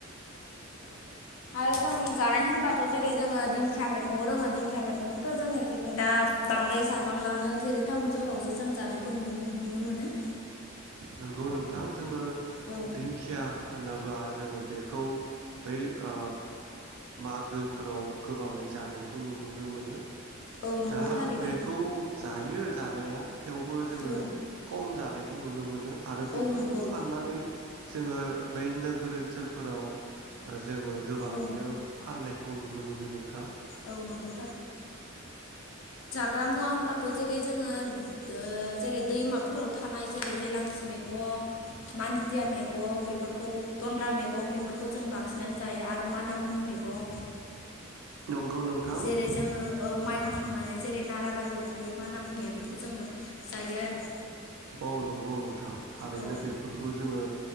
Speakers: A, on the left (about 70°); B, on the right (about 80°).
A: आरो जों जानाय होनबाथ' जेरै जोङो दिंखिया मैगंबो दोङो दिंखिया मैगंखौथ' जोंनिखि दा बांद्राय जा गोबां लानो जेरै टाउन सहरावसो जों जानायखौ नु नुनो मोनो। <inaudible>
B: नंगौ नोंथां जोङो
A: औ
B: दिंखिया होनोबा जोङो बेखौ बै ओ मागोफोराव गोबाङै जानायखौ नुनो मोनो।
A: औ नंगौ
B: दा
A: थारैनो
B: बेखौ जायो जानाया। थेवबो जोङो
A: औ
B: खम जानाय <unintelligible> नुनो मोनो। आरो बेफोरखौ
A: औ नंगौ
B: खानानै जोङो बै नोगोर ओनसोलफोराव ओ जोङो गोबाङैनो
A: औ
B: फाननायखौ नुनो मोनो नोंथां।
A: औ नंगौ ग्रा मुवा होनब्लाथ' जेरै जोङो ओ जेरै दैमाफोराव थानाय जेरै हेेलांसि मेगं, मान्थिया मेगं बेफोरखौ दन्द्रा मेगं बेफोरखौ जों बांसिनानो जायो आरो मानामुनि मेगं
B: नंगौ नोंथां
A: जेरै जोङो औ माइ हाखांनानै जेरै नाराबारियाव थायो मानामुनिया बेखौ जोङो जायो आरो।
B: औ नंगौ नोंथां थारैनो
A: औ
B: बेफोरखौ जोङो